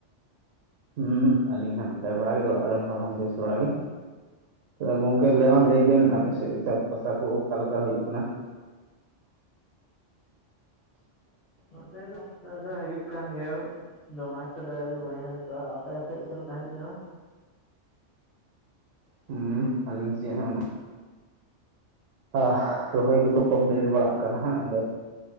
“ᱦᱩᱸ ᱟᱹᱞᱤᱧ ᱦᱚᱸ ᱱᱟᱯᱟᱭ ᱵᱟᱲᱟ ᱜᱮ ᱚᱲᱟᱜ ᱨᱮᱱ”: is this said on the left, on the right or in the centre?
Right